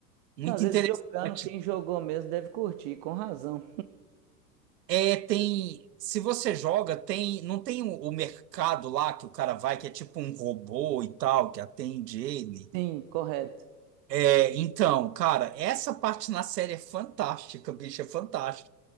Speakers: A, on the right; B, on the right.
A: Muito
B: Não, às vezes
A: interessante.
B: jogando, quem jogou mesmo deve curtir, com razão.
A: É, tem. Se você joga, tem. Não tem o, o mercado lá que o cara vai, que é tipo um robô e tal, que atende ele.
B: Sim, correto.
A: É, então, cara, essa parte na série é fantástica, bicho, é fantástico.